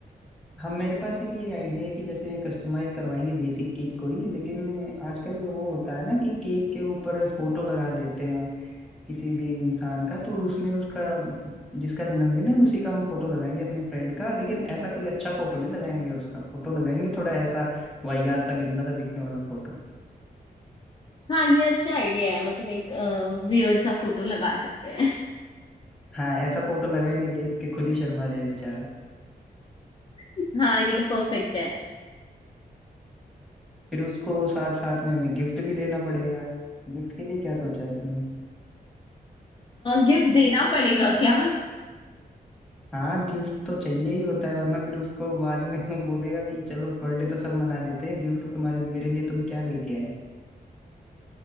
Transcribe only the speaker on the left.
हाँ ये अच्छा आइडिया है मतलब एक वियर्ड सा फोटो लगा सकते हैं
<laughs> हाँ ये परफेक्ट है
गिफ्ट देना पड़ेगा क्या